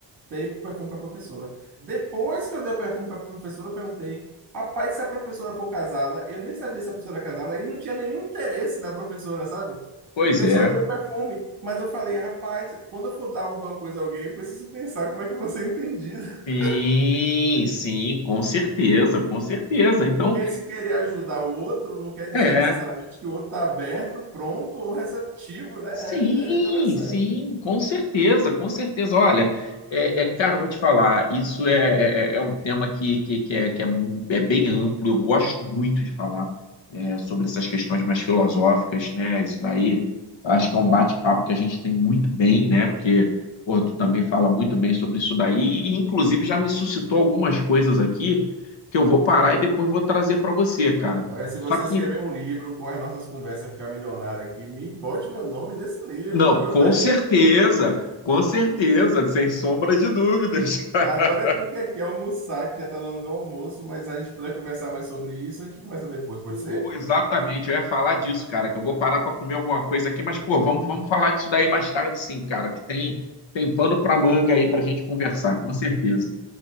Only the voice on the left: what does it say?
Pois
é.
Sim, sim, com certeza, com certeza. Então,
é.
Sim,
sim, com certeza, com certeza. Olha, é, é, cara, eu vou te falar, isso é, é, é é um tema que, que, que, é, que é, mu- é bem amplo, eu gosto muito de falar é, sobre essas questões mais filosóficas, né? Isso daí, eu acho que é um bate-papo que a gente tem muito bem, né? Porque, pô, tu também fala muito bem sobre isso daí, e, e, inclusive já me suscitou algumas coisas aqui que eu vou parar e depois vou trazer para você, cara.
Só que
Não,
com certeza, com certeza, sem sombra de dúvidas. <laughs>
Pô,
Exatamente, eu ia falar disso, cara, que eu vou parar para comer alguma coisa aqui, mas pô, vamos, vamos falar disso daí mais tarde, sim, cara, que tem tem pano para manga aí para gente conversar, com certeza.